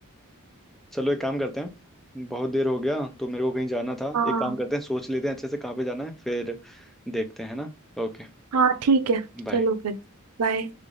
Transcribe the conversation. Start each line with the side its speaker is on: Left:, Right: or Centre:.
Centre: चलो एक काम करते हैं बहुत देर हो गया तो मेरे को कहीं जाना था
Right: हाँ
Centre: एक काम करते हैं सोच लेते हैं अच्छे से कहाँ पे जाना है फिर देखते हैं ना ओके
Right: हाँ ठीक है
Centre: बाय
Right: चलो फिर बाय